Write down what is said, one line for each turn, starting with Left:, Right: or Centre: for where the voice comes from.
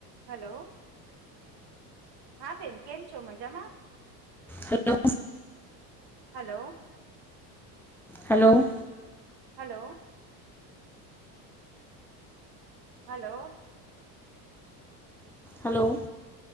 Right: હાલો, હા બેન, કેમ છો? મજામાં?
Centre: Hello
Right: hello
Centre: hello
Right: hello hello
Centre: hello